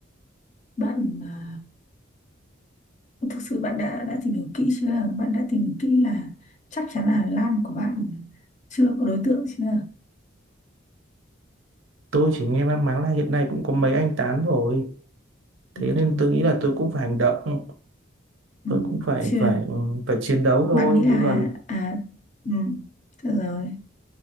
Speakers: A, on the left (about 40°); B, on the right (about 85°).
A: Bạn à, Thực sự bạn đã đã tìm hiểu kỹ chưa Bạn đã tìm hiểu kỹ là Chắc chắn là Lan của bạn Chưa có đối tượng chưa
B: tôi chỉ nghe mang máng là hiện nay cũng có mấy anh tán rồi thế
A: Ừm,
B: nên tôi nghĩ là tôi cũng phải hành động
A: ừm,
B: tôi cũng phải
A: Chưa
B: phải ừ, phải chiến đấu thôi
A: Bạn nghĩ là
B: chứ còn
A: à, ừm, Được rồi